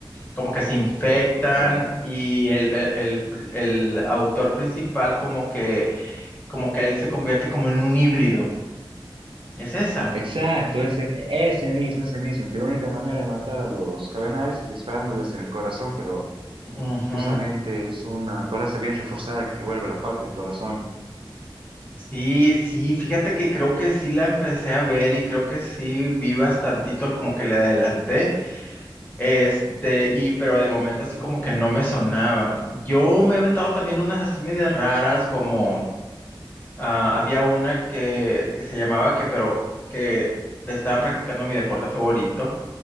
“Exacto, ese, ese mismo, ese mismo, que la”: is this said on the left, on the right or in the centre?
Right